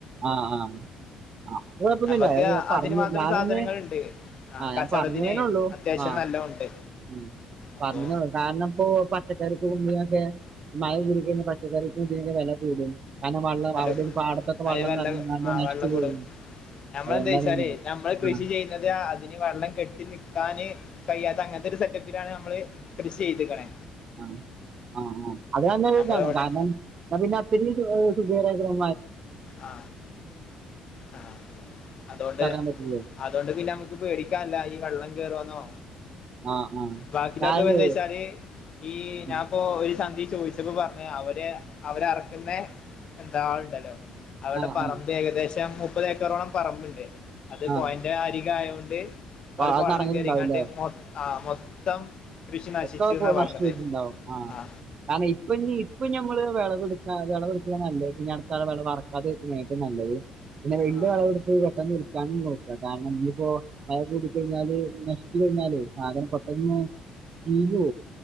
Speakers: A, on the right; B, on the left.
A: ആഹ് ആഹ് ആ അത് കൊഴപ്പൊന്നില്ല
B: നമ്മക്ക്
A: പറഞ്ഞു
B: അതിന് മാത്രം
A: ഞാനൊന്ന്
B: സാധനങ്ങളുണ്ട് ആ
A: ആഹ്
B: കച്ചവടത്തിന്
A: ഞാൻ പറഞ്ഞതേനേള്ളൂ
B: അത്യാവശ്യം
A: ആഹ്
B: നല്ല ഉണ്ട്
A: ഉം
B: അപ്പൊ
A: പറഞ്ഞന്നെള്ളു കാരണം ഇപ്പോ പച്ചക്കറിക്ക് ഉള്ളിന്നൊക്കെ മഴ കുടിക്കഴിഞ്ഞ പച്ചക്കറിക്ക് ഉള്ളിന്നൊക്കെ വില കൂടും കാരണം വള്ളം
B: നല്ല
A: അവിടെ പാടത്തൊക്കെ
B: അതിന്
A: വള്ളം
B: വെള്ളം
A: നറഞ്ഞു
B: ആ
A: നശിച്ചു
B: വെള്ളം
A: പോകുന്നു
B: കൂടും നമ്മളെന്താ
A: അതൊണ്ടാ
B: വെച്ചാലേ
A: പിന്നെ
B: നമ്മള്
A: ആഹ്
B: <unintelligible> അതിന് വെള്ളം കെട്ടി നിക്കാന് കഴിയ്യാത്ത അങ്ങനത്തെ ഒരു സെറ്റപ്പിലാണ് നമ്മള് കൃഷി ചെയ്തുക്കണേ
A: ആഹ് ആഹ് ആഹ് അത് നല്ലൊരു
B: നമ്മളെ
A: ഇതാണ്
B: ഇവിടെ
A: കാരണം പിന്നെ അത്രയും സുഖഖര
B: ആ ആ അതുകൊണ്ട്
A: <unintelligible> <unintelligible>
B: അതുകൊണ്ട് പിന്നെ നമുക്ക് പേടിക്കാൻല്ല ഈ വെള്ളം കയറോന്നോ
A: ആ ആ
B: ബാക്കില്ലെടുത്തൊക്കെ
A: കാരണം
B: എന്ത വച്ചാല് ഈ
A: ഉം,
B: ഞാപ്പോ ഒരു <unintelligible> ഇത് ചോദിച്ചപ്പോ പറഞ്ഞ് അവര് അവരറക്കുന്ന ആളുണ്ടല്ലോ അവിടെ
A: ആ
B: പറമ്പ്
A: ആ
B: ഏകദേശം മുപ്പത് ഏക്കറോളം പറമ്പ് ഉണ്ട് അത്
A: ആ
B: പോയിന്റ് എന്റെ അരികായോണ്ട്
A: അപ്പൊ
B: അവിടുക്ക്
A: അത്
B: വെള്ളം
A: നടന്നിട്ടുണ്ടാവില്ലേ
B: കയറിങ്ങാണ്ട് ആ മൊത്തം കൃഷി നശിച്ചു
A: ഒക്കപ്പോ
B: എന്നാ
A: നഷ്ടായിട്ടുണ്ടാവും
B: പറഞ്ഞത്
A: ആഹ്
B: ആ
A: കാരണം ഇപ്പൊ ഇനി ഇപ്പൊ ഞമ്മള് വിള കൊടുക്ക വിള കൊടുക്ക നല്ല ഇനി അടുത്താള വിള വറക്കാതെക്കുന്നായിട്ട് നല്ലത് പിന്നെ വെന്റെ
B: ആ
A: അളവെടു <unintelligible> <unintelligible> നോക്കുക കാരണം ഇനിയിപ്പോ മഴ കൂട കഴിഞ്ഞാല് നശിച്ചു കഴിഞ്ഞാല് സാധനം പെട്ടെന്ന് ശീലോ